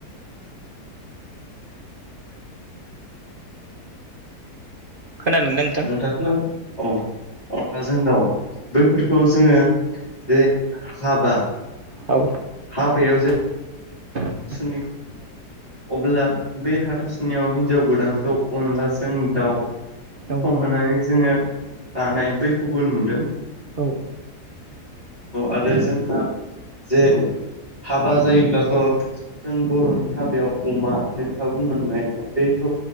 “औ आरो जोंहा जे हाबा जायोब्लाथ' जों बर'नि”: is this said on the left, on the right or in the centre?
Left